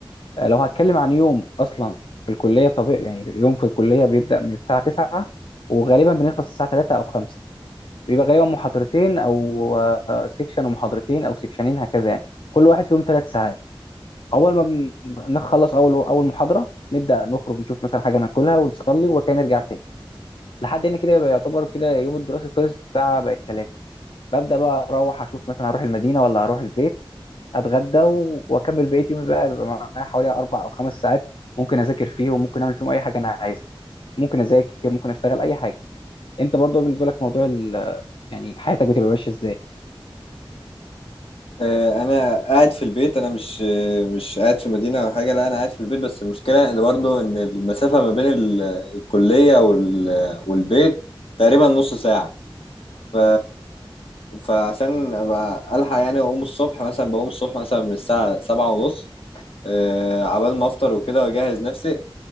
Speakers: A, on the left (about 65°); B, on the left (about 85°).
A: آه، لو هتكلم عن يوم اصلا في الكليه طبيعي يعني يوم في الكليه بيبدا من الساعه 9 وغالبا بنخلص الساعه 3 او 5 بيبقى غالبا محاضرتين او آه، سيكشن ومحاضرتين او سيكشنين هكذا يعني كل واحد فيهم ثلاث ساعات اول ما بن- نخلص اول اول محاضره نبدا نخرج نشوف مثلا حاجه ناكلها ونصلي وكان نرجع تاني لحد هنا كده يبقى يعتبر كده يوم الدراسي خلص الساعه بقت تلاتة. ببدأ بقى أروح أشوف مثلا هروح المدينة ولا هروح البيت أتغدى و- وأكمل بقية يومي بقى بيبقى معايا حوالي أربع أو خمس ساعات ممكن أذاكر فيهم ممكن أعمل فيهم أي حاجة أنا عايزها ممكن أذاكر ممكن أشتغل أي حاجة أنت برضو بالنسبة لك موضوع ال... يعني حياتك بتبقى ماشية إزاي
B: آه، انا قاعد في البيت انا مش آه، مش قاعد في مدينة او حاجة لا انا قاعد في البيت بس المشكلة ان برضه ان المسافة ما بين ال- الكلية وال- والبيت تقريبا نص ساعة ف... فعشان ابقى الحق يعني اقوم الصبح مثلا بقوم الصبح مثلا من الساعة سبعة ونص آه، عبال ما افطر وكده واجهز نفسي